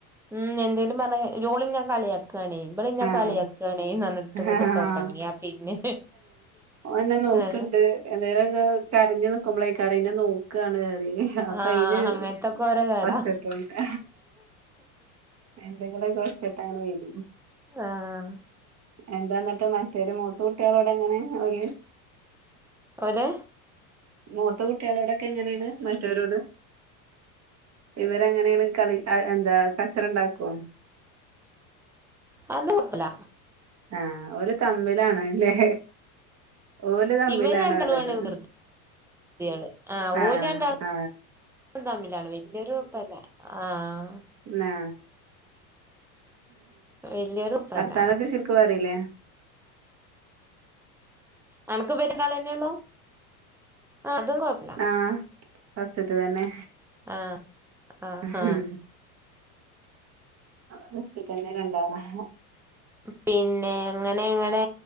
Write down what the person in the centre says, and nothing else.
ഉം എന്തേലും പറഞ്ഞാ ഓളി ഇന്നെ കളിയാക്കാണേ ഇബള് ഇന്നെ
കളിയാക്കാണെ പറഞ്ഞ ന്നിട്ടും ഇങ്ങോട്ട്
തൊടങ്ങിയാ പിന്നെ
ഏഹ്
ആഹ്
അങ്ങനത്തൊക്കെ ഓരോ കേടാ
ആഹ്
ഓല്
അത് കൊഴപ്പില്ല
ഇവര് രണ്ടാളും
ആണ് വികൃതി കുട്ടികള് ആഹ്
ഓല് രണ്ടാളും
തമ്മിലാണ് വേല്ല്യാര്കുഴപ്പല്ല ആഹ്
വല്യൊരു കുഴപ്പല്ല
അനക്ക് വരണ്ടാള ന്നെയുള്ളൂ ആ അതൊന്നു കൊഴപ്പില്ല
ആഹ് ആഹ്
ആഹ്
പിന്നെ എങ്ങനെ ഇങ്ങെനെ